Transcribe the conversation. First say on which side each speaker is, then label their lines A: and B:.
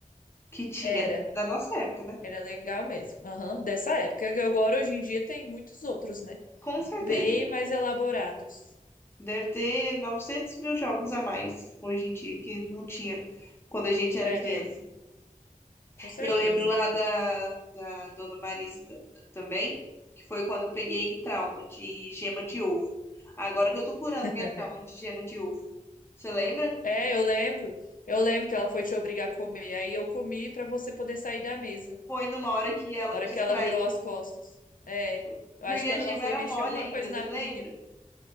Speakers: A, on the left; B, on the left.
A: que tinha.
B: Era,
A: Da nossa época, né?
B: era legal mesmo. Aham, dessa época. que Agora, hoje em dia, tem muitos outros, né?
A: Com certeza.
B: Bem mais elaborados.
A: Deve ter novecentos mil jogos a mais hoje em dia, que não tinha quando a gente
B: É,
A: era criança.
B: com certeza.
A: Eu lembro lá da, da Dona Marisa ta- também, que foi quando eu peguei trauma de gema de ovo. Agora que eu tô curando
B: <laughs>
A: minha trauma de gema de ovo. Você lembra?
B: É, eu lembro. Eu lembro que ela foi te obrigar a comer. Aí eu comi pra você poder sair da mesa.
A: Foi numa hora que ela
B: A hora
A: distraiu,
B: que ela virou as costas. É.
A: por-
B: Eu
A: porque
B: acho que
A: a
B: ela
A: gema
B: foi
A: era
B: mexer
A: mole
B: alguma
A: ainda,
B: coisa
A: você
B: na pia.
A: lembra?